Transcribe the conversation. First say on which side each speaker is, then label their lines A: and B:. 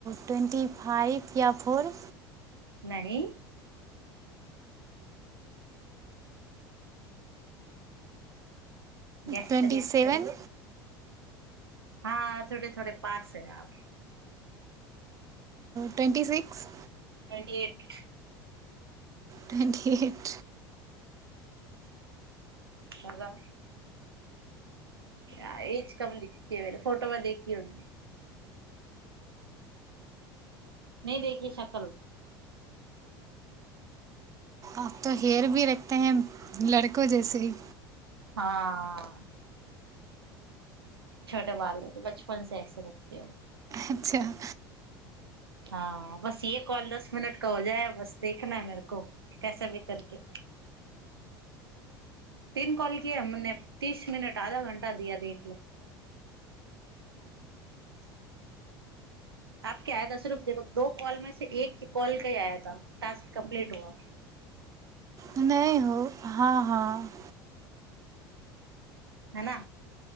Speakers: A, on the right (about 25°); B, on the right (about 80°).
A: ट्वेन्टी फाइव या फोर
B: नानी गैस
A: ट्वेन्टी सेवेन
B: हँ थोटे थोड़े पास है आप
A: ट्वेन्टी सिक्स
B: एक
A: त
B: हाजा एज कम द भेल फोटो मे देखी हो नहि देखी शकल
A: अब त हेयर भी रखे हैं लड़को जैसेी
B: हँ छोटे बाल त बचपन से ऐसे लगत ह
A: अच्छा
B: हँ बस ये कॉल दस मिनट का हो जाय बस देखना है मेर को कैसा भी करके तीन कॉल कि हमने तीस मिनट आधा घंटा दिया देख ले आपके आया सर्फ देखो दो कॉल में से एक कॉल क ही आया टास्क कम्प्लीट हुआ
A: नहीं हो हाँ हाँ
B: है न